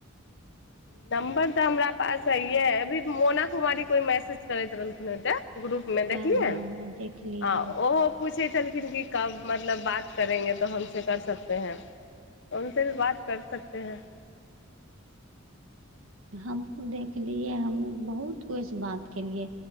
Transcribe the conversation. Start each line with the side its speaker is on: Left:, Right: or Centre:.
Left: नम्बर तऽ हमरा पास हइये अभी मोना कुमारी कोई मैसेज करैत रहलखिन ओे ग्रुप। मे
Right: हँ
Left: देखलियै
Right: हँ हँ देखलियै
Left: आ ओहो। पूछै छलखिन कि कब मतलब बात करेंगे तऽ हमस कर सकते हैं। हम से भी बात कर सकत है।
Right: हमहूँ देखलियै हमहूँ बहुत कुछ बात केलियै।